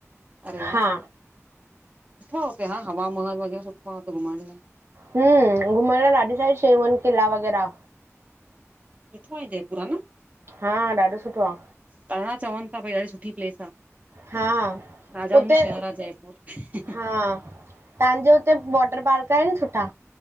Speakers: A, on the right; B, on the right.
A: अरे
B: हा
A: वा। सुठो हुते हा हवा महल वगैर सुठोतो घुमण लाए।
B: हम्म घुमण लाइ ॾाढी सारी शयूं किला वगैरा।
A: सुठो आहे जयपुर ह न?
B: हा ॾाढो सुठो आ।
A: पां चवनि था भई ॾाढी सुठी प्लेस आ,
B: हा
A: राजउनि
B: उते
A: जो शहरु आ जयपुर।
B: हा तव्हांजे हुते वॉटर पार्क आहिनि सुठा?